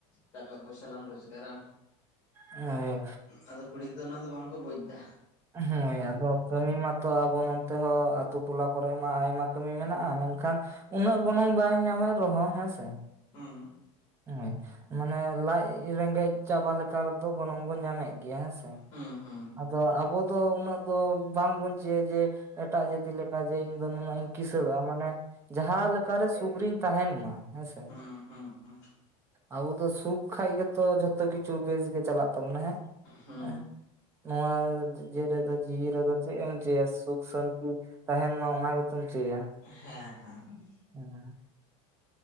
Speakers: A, on the left; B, on the right.
A: ᱴᱟᱠᱟ ᱯᱚᱭᱥᱟ ᱞᱟᱝ ᱨᱚᱡᱽ ᱜᱟᱨᱟᱢ,
B: ᱦᱳᱭ
A: ᱟᱫᱚ ᱠᱩᱲᱤ ᱛᱚ ᱚᱱᱟ ᱫᱚ ᱵᱟᱝᱠᱚ ᱵᱩᱡᱽ ᱫᱟ᱾
B: ᱩᱸ ᱦᱳᱭ ᱟᱫᱚ ᱠᱟᱹᱢᱤ ᱢᱟᱛᱚ ᱟᱵᱚ ᱱᱚᱱᱛᱮ ᱦᱚᱸ ᱟᱛᱩ ᱴᱚᱞᱟ ᱠᱚᱨᱮᱜ ᱢᱟ ᱟᱭᱢᱟ ᱠᱟᱹᱢᱤ ᱢᱮᱱᱟᱜ-ᱟ, ᱢᱮᱱᱠᱷᱟᱱ ᱩᱱᱟᱹᱜ ᱜᱚᱱᱚᱝ ᱵᱟᱝ ᱧᱟᱢᱮᱫ ᱨᱮᱦᱚᱸ ᱦᱮᱸᱥᱮ,
A: ᱦᱩᱸ᱾
B: ᱦᱚᱭ, ᱢᱟᱱᱮ ᱞᱟᱡ ᱨᱮᱸᱜᱮᱡ ᱪᱟᱵᱟ ᱞᱮᱠᱟ ᱨᱮᱫᱚ ᱜᱚᱱᱚᱝ ᱵᱚᱱ ᱧᱟᱢᱮᱜ ᱜᱮᱭᱟ ᱦᱮᱸᱥᱮ,
A: ᱦᱩᱸ ᱦᱩᱸ
B: ᱟᱫᱚ ᱟᱵᱚ ᱫᱚ ᱩᱱᱟᱹᱜ ᱫᱚ ᱵᱟᱝ ᱵᱚᱱ ᱪᱟᱹᱭᱟ ᱡᱮ ᱮᱴᱟᱜ ᱡᱟᱹᱛᱤ ᱞᱮ ᱠᱟ ᱡᱮ ᱤᱧ ᱫᱚ ᱱᱩᱱᱟᱹᱜ ᱤᱧ ᱠᱤᱥᱟᱹᱬᱚᱜ-ᱟ ᱢᱟᱱᱮ ᱡᱟᱦᱟᱸ ᱞᱮᱠᱟᱨᱮ ᱥᱩᱠᱨᱤᱧ ᱛᱟᱦᱮᱸᱱ ᱢᱟ ᱦᱮᱸ
A: ᱦᱩᱸ ᱦᱩᱸ ᱦᱩᱸ᱾
B: ᱟᱵᱚ ᱫᱚ ᱥᱩᱠ ᱠᱷᱟᱡ ᱜᱮᱛᱚ ᱡᱷᱚᱛᱚ ᱠᱤᱪᱷᱩ ᱵᱮᱥ ᱜᱮ ᱪᱟᱞᱟᱜ ᱛᱟᱵᱚᱱᱟ ᱦᱮᱸ,
A: ᱦᱩᱸ
B: ᱦᱮᱸ᱾ ᱱᱚᱣᱟ ᱡᱮ ᱨᱮᱫᱚ ᱡᱤᱣᱤ ᱨᱮᱫᱚ ᱪᱮ ᱮᱢ ᱪᱟᱹᱭᱟ ᱥᱩᱠ ᱥᱟᱹᱱᱛᱤ ᱛᱟᱦᱮᱱ ᱢᱟ ᱚᱱᱟ ᱜᱮᱛᱚᱢ ᱪᱟᱹᱭᱟ᱾
A: ᱦᱮᱸ ᱦᱮᱸ
B: ᱦᱮᱸ